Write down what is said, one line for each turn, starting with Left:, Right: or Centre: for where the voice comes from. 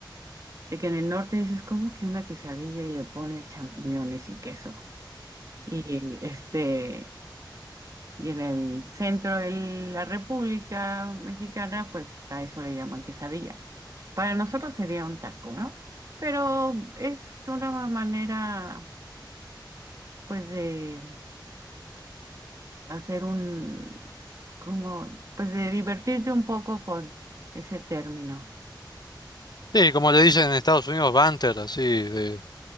Right: De que en el norte dices, como que una quesadilla y le pones champiñones y queso? Y este, y en el centro de la República Mexicana, pues a eso le llaman quesadilla. Para nosotros sería un taco, ¿no? Pero es una manera, pues, de hacer un, como, pues, de divertirte un poco con ese término.
Left: Sí, como le dicen en Estados Unidos, banter, así, de